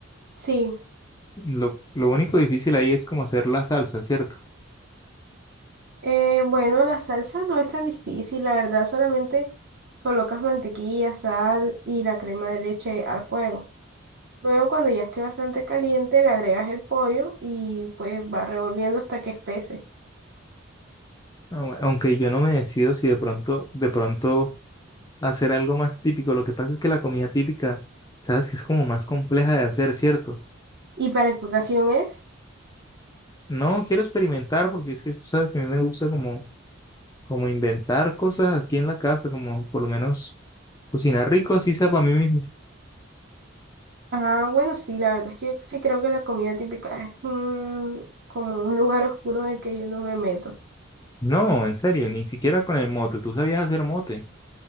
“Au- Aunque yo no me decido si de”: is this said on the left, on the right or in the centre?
Left